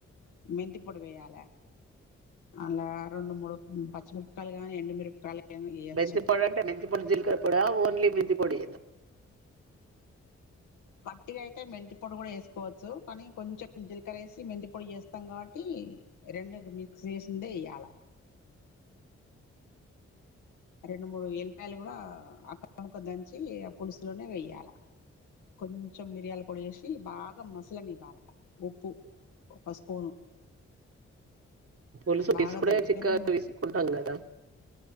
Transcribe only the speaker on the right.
మెంతిపొడి అంటే మెంతిపొడి జీలకర్ర పొడా ఓన్లీ మెంతిపొడి
పులుసు
పిసుకుడే
చిక్కగా పిసుక్కుంటాం కదా <inaudible>